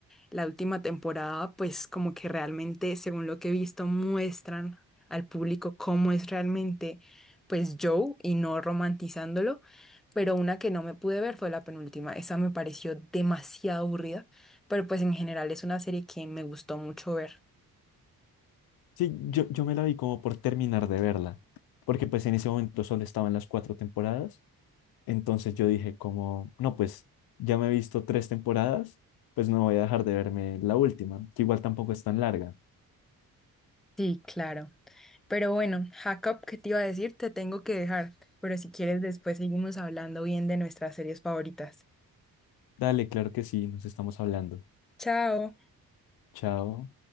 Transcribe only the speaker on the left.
Sí, yo, yo me la vi como por terminar de verla, porque pues en ese momento solo estaban las cuatro temporadas, entonces yo dije como, no, pues ya me he visto tres temporadas, pues no voy a dejar de verme la última, que igual tampoco es tan larga.
Dale, claro que sí, nos estamos hablando.
Chao.